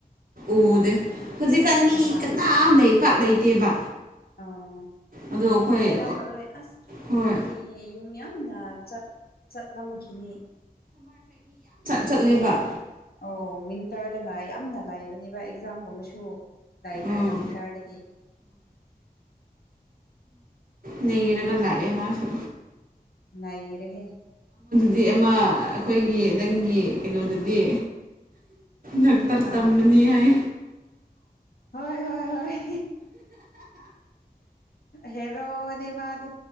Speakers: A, on the right; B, on the left.
A: ꯎꯗꯦ ꯍꯧꯖꯤꯛꯀꯥꯟ ꯃꯤ
B: ꯅꯍꯥꯟꯗꯣ
A: ꯀꯅꯥꯝ ꯂꯩ ꯄꯥꯛ ꯂꯩꯇꯦꯕ
B: ꯑꯣ
A: ꯑꯗꯣ ꯑꯩꯈꯣꯏ
B: ꯂꯩꯥꯏꯔꯝꯃꯔꯣꯏ ꯑꯁ
A: ꯍꯣꯏ
B: ꯃꯤ ꯌꯨꯝ ꯌꯥꯝꯅ ꯆꯠ ꯆꯠꯂꯝꯈꯤꯅꯤ
A: ꯆꯠꯂꯤꯕ
B: ꯑꯣ ꯋꯤꯟꯇꯔꯗꯅ ꯌꯥꯝꯅ ꯂꯩꯕꯅꯦꯕ ꯑꯦꯛꯖꯥꯝꯒꯨꯝꯕꯁꯨ ꯂꯥꯏꯅꯤ
A: ꯑꯥ
B: ꯅꯧꯟ ꯇꯥꯗꯤ
A: ꯅꯔꯒꯂꯥꯌꯦ ꯃꯥꯁꯨ
B: ꯅ ꯔꯦ
A: ꯑꯗꯨꯗꯤ ꯑꯃ ꯑꯩꯈꯣꯏꯒꯤ ꯅꯪꯒꯤ ꯀꯩꯅꯣꯗꯨꯗꯤ ꯗꯥꯛꯇꯔ
B: ꯀꯅꯥ
A: ꯇꯝꯃꯅꯤ ꯍꯥꯏ
B: ꯍꯣꯏ ꯍꯣꯏ ꯍꯣꯏ ꯍꯦꯔꯣ ꯑ ꯃꯥ ꯊ